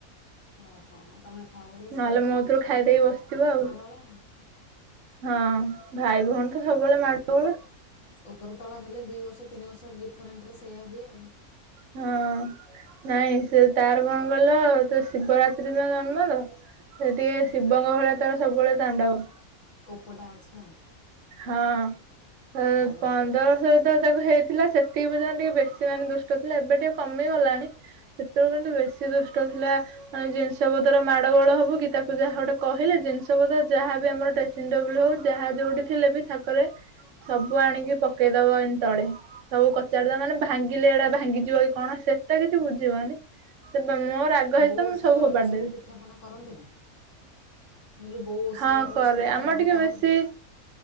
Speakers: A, on the left; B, on the right.
A: ଓହୋ ତମେ ଖାଉ ହେଲେ
B: ନହେଲେ
A: ସେ ଛୋଟ
B: ମୋ କତିରୁ
A: ଛୁଆ
B: ଖାଇଦେଇକି
A: ନା
B: ବସିଥିବ ଆଉ
A: ମାଡ଼ଗୋଳ।
B: ହଁ ଭାଇ ଭଉଣୀ ତ ସବୁବେଳେ ମାଡ ଗୋଳ।
A: ଉପର ତଳ ହେଲେ ଦିଇ ବର୍ଷ ତିନି ବର୍ଷ ଡିଫରେଣ୍ଟ ରେ ସେଇଆ ହୁଏ ଆଉ।
B: ହଁ ନାଇଁ ସେ ତାର କଣ କହିଲ ସେ ଶିବରାତ୍ରି ଦିନ ଜନ୍ମ ତ ସେ ଟିକେ
A: ଓହୋ
B: ଶିବଙ୍କ ଭଳିଆ ତାର ସବୁବେଳେ ତାଣ୍ଡବ।
A: ପ ଟା ଅଛି ଆଉ।
B: ହଁ। ଏ
A: ରାଗଟା
B: ପନ୍ଦର
A: ଆଉ।
B: ବର୍ଷ ଯେତେଳେ ତାକୁ ହେଇଥିଲା ସେ ତିକି ପର୍ଯ୍ୟନ୍ତ ଟିକେ ବେଶୀ ମାନେ ଦୁଷ୍ଟ ଥିଲା ଏବେ ଟିକେ କମି ଗଲାଣି ସେତେଳେ କିନ୍ତୁ ବେଶୀ ଦୁଷ୍ଟ ଥିଲା ମାନେ ଜିନିଷ ପତର ମାଡ଼ ଗୋଳ ହବ କି ତାକୁ ଯାହା ଗୋଟେ କହିଲେ ଜିନିଷ ପତର ଯାହା ବି ଆମର ଡ୍ରେସିଂ ଟେବୁଲ ହଉ ଯାହା ଯୋଉଠି ଥିଲେ ବି ଥାକରେ ସବୁ ଆଣିକି ପକେଇଦବ ଏମତି ତଳେ ସବୁ କଚାଡି ଦବ ମାନେ ଭାଙ୍ଗିଲେ ଏଡ଼ା ଭାଙ୍ଗିଯିବ କି କଣ ସେଟା କିଛି ବୁଝିବନି ସେ ମୋ ରାଗ ହେଇଛି
A: ବୋଉ
B: ତ
A: ଓଷା
B: ମୁଁ
A: ବାରରେ
B: ଫୋପାଡି
A: ସବୁ
B: ଦେବି
A: ପିଠାପଣା କରନ୍ତି ନା? ମୁଁ କହିଲି ବୋଉ ଓଷା
B: ହଁ
A: ବାରରେ
B: କରେ
A: ସବୁ ପିଠାପଣା
B: ଆମର ଟିକେ
A: କରନ୍ତି
B: ବେଶୀ
A: ନା?